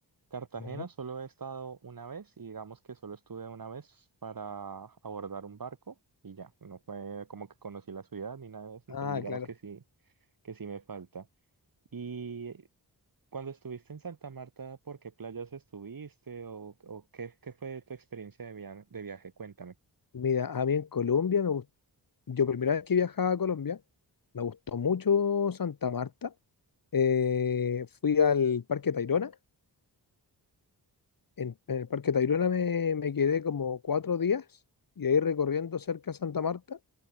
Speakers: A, on the right; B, on the left.
A: Cartagena
B: Bueno.
A: solo he estado una vez y digamos que solo estuve una vez para abordar un barco y ya, no fue como que conocí la ciudad ni nada de eso, entonces
B: Ah,
A: digamos
B: claro.
A: que sí, que sí me falta. Y cuando estuviste en Santa Marta, ¿por qué playas estuviste o, o qué, qué fue tu experiencia de via- de viaje? Cuéntame.
B: Mira, a mí en Colombia me gustó. Yo primera vez que viajaba a Colombia, me gustó mucho Santa Marta. Eh, fui al Parque Tayrona. En, en el Parque Tayrona me, me quedé como cuatro días y ahí recorriendo cerca de Santa Marta.